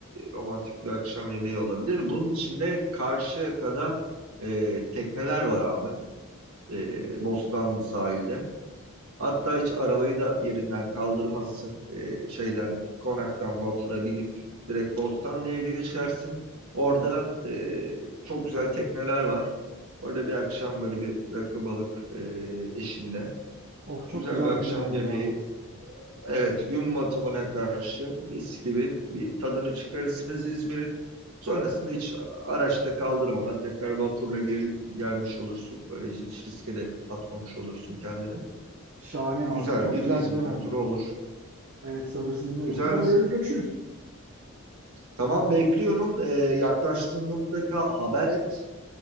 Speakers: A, on the right (about 80°); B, on the right (about 55°).
A: romantik bir akşam yemeği olabilir. Bunun için de Karşıyaka'da e, tekneler var abi. e, Bostanlı sahilde. Hatta hiç arabayı da yerinden kaldırmazsın. E, şeyden konaktan vapura binip direkt Bostanlı'ya geçersin. Orada e, çok güzel tekneler var. Orada bir akşam böyle bir rakı balık e, eşinle
B: Of çok
A: güzel
B: güzel
A: bir akşam
B: bir plan oldu
A: yemeği
B: ya.
A: Evet, gün batımına karşı mis gibi bir tadını çıkarırsınız İzmir'in. Sonrasında hiç araçta kaldırmadan tekrar vapurla geri gelmiş olursun. Böylece hiç riske de atmamış olursun kendini.
B: Şahane abi.
A: Güzel
B: Çok
A: bir
B: güzel
A: İzmir
B: bir plan oldu.
A: turu olur.
B: Evet sabırsızlanıyorum.
A: Güzel.
B: O zaman yarın görüşürüz.
A: Tamam bekliyorum. Ee, yaklaştığında mutlaka haber et.